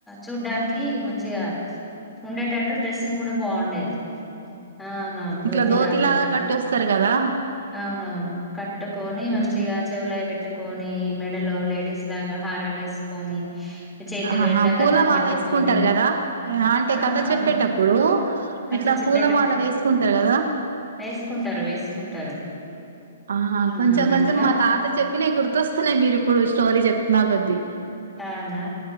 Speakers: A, in the centre; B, on the right.
A: చూడ్డానికి మంచిగా ఉండేటట్టు డ్రెస్సింగ్ కూడ బాగుండేది అవునవును
B: ఇట్ల
A: ధోతిలా
B: దోతిలాగ
A: గట్టు
B: కట్టొస్తారు కదా
A: అవునవును కట్టుకొని మంచిగ
B: ఉమ్
A: చెవిలోవి పెట్టి పెట్టుకొని మెడలో లేడీస్ లాగ హారాలు వేసుకొని చేతిలో
B: ఆహా
A: ఇట్లా
B: పూల
A: గజం
B: మాలా
A: పట్టుకొని
B: వేసుకుంటారు కదా ఆంటీ
A: అవునవును
B: కథ చెప్పేటప్పుడు
A: అట్లా
B: ఇట్ల
A: చెప్పేటప్పుడు
B: పూల మాల వేసుకుంటారు కదా
A: వేసుకుంటారు వేసుకుంటారు
B: ఆహ
A: ఆ
B: కొంచం కొంచెం
A: అట్లా
B: మా తాత చెప్పినయి గుర్తొస్తున్నాయి మీరు ఇప్పుడు స్టోరీ చెప్తున్నా కొద్ద్దీ
A: అవునా